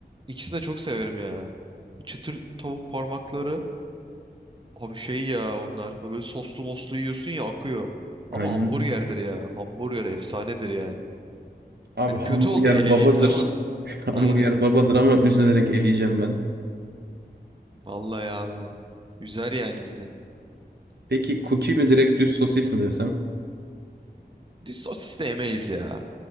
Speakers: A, on the right; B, on the right.
A: ikisini de çok severim ya. Çıtır tavuk parmakları. Abi şey ya onlar. Böyle soslu moslu yiyorsun ya akıyor.
B: Aynen.
A: Ama hamburgerdir ya. Hamburger efsanedir yani.
B: Abi
A: Hani
B: hamburger
A: kötü oldu elediğimiz
B: babadır.
A: ama.
B: <laughs> Hamburger
A: Aynen.
B: babadır ama üzülerek eleyeceğim ben.
A: Vallahi abi. Üzer yani bizi.
B: Peki cookie mi direkt düz sosis mi desem?
A: Düz sosis de yemeyiz ya.